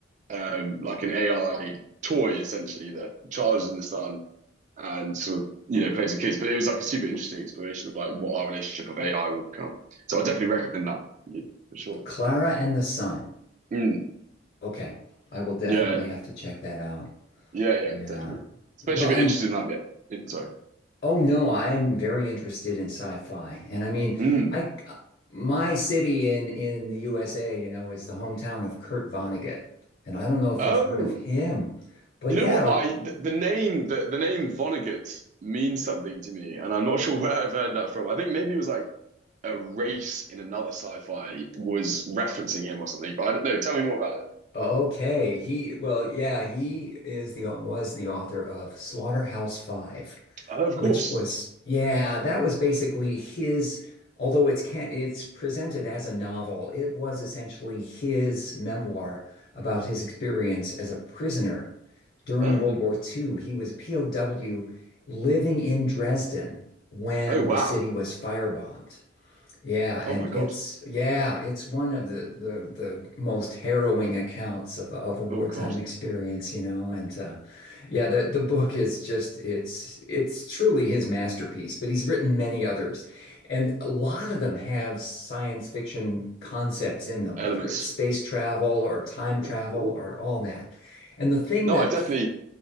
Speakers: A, on the right (about 40°); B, on the left (about 50°).
A: um, like an AI toy essentially that charges in the sun and sort of you know plays with kids. But it was like a super interesting exploration of like what our relationship of AI will become. So I definitely recommend that yeah, for sure.
B: Clara and the Sun.
A: Mm,
B: Okay, I will definitely
A: yeah,
B: have to check that out.
A: yeah, yeah,
B: Yeah.
A: definitely. Especially
B: Well,
A: if
B: and
A: you're interested in like the in- sorry.
B: Oh no, I am very interested in sci-fi. And I mean,
A: Mm.
B: I my city in in the USA, you know, is the hometown of Kurt Vonnegut. And I don't know if
A: Oh,
B: you've heard of him. But
A: you
B: yeah,
A: know what? I th- the name the, the name Vonnegut means something to me, and I'm not sure <laughs> where I've heard that from. I think maybe it was like a race in another sci-fi was referencing him or something. But I don't know. Tell me more about it.
B: okay. He well, yeah, he is the was the author of Slaughterhouse Five,
A: Oh, of
B: which
A: course.
B: was yeah, that was basically his although it's can it's presented as a novel, it was essentially his memoir about his experience as a prisoner during
A: Ah.
B: World War II. He was a POW living in Dresden when
A: Oh wow.
B: the city was firebombed. Yeah,
A: Oh
B: and
A: my God.
B: it's yeah, it's one of the the, the most harrowing accounts of a, of a wartime
A: Oh God.
B: experience, you know. And uh, yeah, the the book is just it's it's truly his masterpiece. But he's written many others, and a lot of them have science fiction concepts in them,
A: elements.
B: whether it's space travel or time travel
A: Oh, cool.
B: or all that. And the thing
A: No,
B: that
A: I definitely.